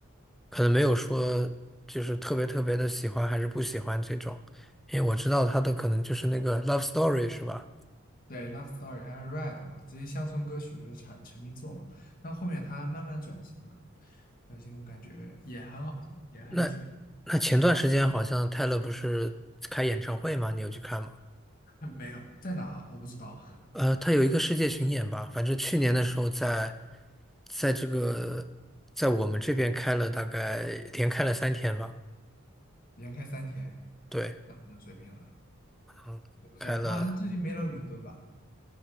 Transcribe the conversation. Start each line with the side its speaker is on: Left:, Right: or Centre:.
Centre: 可能没有说就是特别特别的喜欢还是不喜欢这种，因为我知道他的可能就是那个《Love Story》是吧？
Left: 对《Love Story》还有《Red》嘛，这些乡村歌曲就是成成名作嘛。但后面他慢慢转型了，转型我感觉也很好听，也很有水平。
Centre: 那那前段时间好像泰勒不是开演唱会吗？你有去看吗？
Left: <laughs> 没有在哪我不知道，
Centre: 呃，他有一个世界巡演吧，反正去年的时候在在这个在我们这边开了大概连开了三天吧，
Left: 连开三天，
Centre: 对，
Left: 那可能水平了，
Centre: 嗯，
Left: 我不知道。
Centre: 开了。
Left: 他好像最近没来伦敦吧？